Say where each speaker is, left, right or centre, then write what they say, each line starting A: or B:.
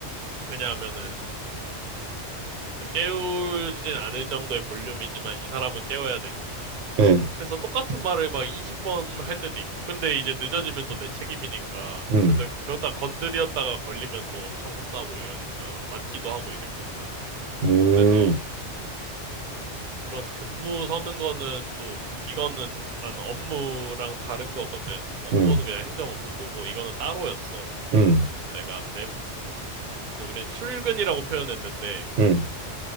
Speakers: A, on the right (about 55°); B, on the right (about 85°).
A: 왜냐하면은 그 깨우진 않을 정도의 볼륨이지만 이 사람은 깨워야 되니까.
B: 음,
A: 그래서 똑같은 말을 막 20번 할 때도 있고. 근데 이제 늦어지면 또 내 책임이니까.
B: 음,
A: 근데 그러다 건드렸다가 걸리면 또 엄청 혼나고 이러니까 맞기도 하고 이랬거든, 나는.
B: 음,
A: 그래서 그런 근무 서는 거는 또 이거는 나는 업무랑 다른 거거든. 업무는
B: 음,
A: 그냥 행정 업무 보고 이거는 따로였어.
B: 음,
A: 그래서 내가 내, 그래서 우리는 출근이라고 표현했는데
B: 음, 음,